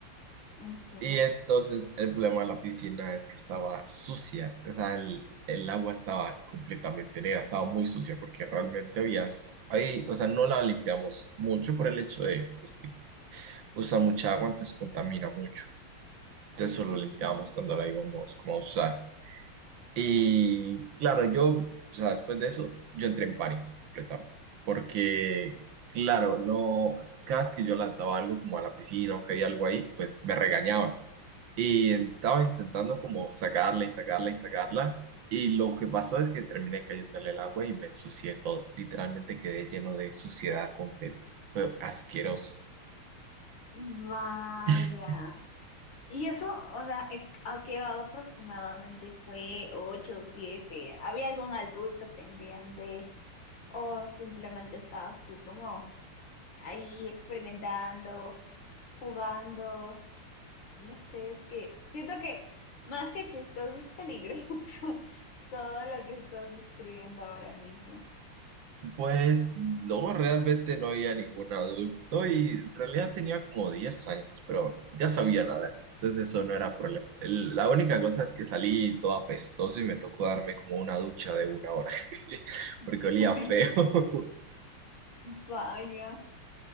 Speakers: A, on the left (about 60°); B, on the right (about 65°).
A: Okay,
B: Y entonces el problema de la piscina es que estaba sucia, o sea, el, el agua estaba completamente negra, estaba muy sucia porque realmente había, ahí, o sea, no la limpiamos mucho por el hecho de pues, que usa mucha agua, entonces contamina mucho. Entonces solo
A: okay.
B: la limpiábamos cuando la íbamos como a usar. Y claro, yo, o sea, después de eso, yo entré en pánico completamente porque, claro, no, cada vez que yo lanzaba algo como a la piscina o caía algo ahí, pues me regañaban. Y estaba intentando como sacarla y sacarla y sacarla. Y lo que pasó es que terminé cayéndole el agua y me ensucié todo. Literalmente quedé lleno de suciedad completa. Fue asqueroso.
A: Vaya.
B: <laughs>
A: Y eso, o sea, eh, ha quedado aproximadamente fue ocho o siete. ¿Había algún adulto pendiente o simplemente estabas tú como ahí experimentando, jugando? No sé, es que siento que más que chistoso es peligroso <laughs> todo lo que estás describiendo ahora mismo.
B: Pues no, realmente no había ningún adulto y en realidad tenía como 10 años, pero ya sabía nadar, entonces eso no era problema. El- la única cosa es que salí todo apestoso y me tocó darme como una ducha de una hora, <laughs> porque
A: <laughs>
B: olía feo. <laughs>
A: Vaya,